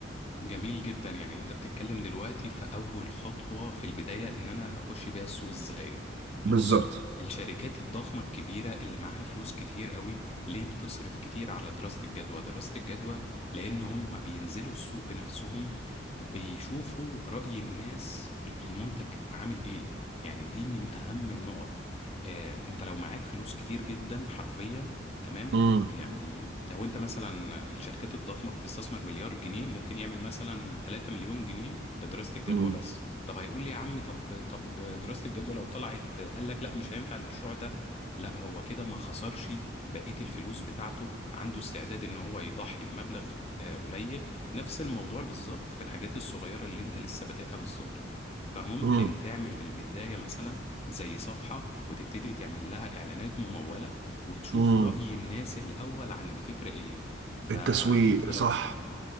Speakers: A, on the left (about 35°); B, on the right (about 60°).
A: جميل جدا يعني انت بتتكلم دلوقتي في اول خطوة في البداية ان انا هخش بيها السوق ازاي
B: بالظبط
A: بص الشركات الضخمة الكبيرة اللي معاها فلوس كتير قوي ليه بتصرف كتير على دراسة الجدوى دراسة الجدوى لان هم بينزلوا السوق بنفسهم بيشوفوا رأي الناس للمنتج عامل ايه يعني دي من اهم النقط آه انت لو معاك فلوس كتير جدا حرفيا تمام
B: مم.
A: يعني لو انت مثلا الشركات الضخمة بتستثمر مليار جنيه ممكن يعمل مثلا 3 مليون جنيه لدراسة الجدوى
B: مم.
A: بس طب هيقول لي يا عم طب طب دراسة الجدوى لو طلعت قال لك لا مش هينفع المشروع ده لا هو كده ما خسرش بقية الفلوس بتاعته عنده استعداد ان هو يضحي بمبلغ آه، قليل نفس الموضوع بالظبط في الحاجات الصغيرة اللي انت لسه بادئها بالظبط فممكن
B: مم.
A: تعمل في البداية مثلا زي صفحة وتبتدي تعمل لها إعلانات ممولة وتشوف
B: مم.
A: رأي الناس الأول عن الفكرة إيه فأنت
B: التسويق صح
A: لو ص...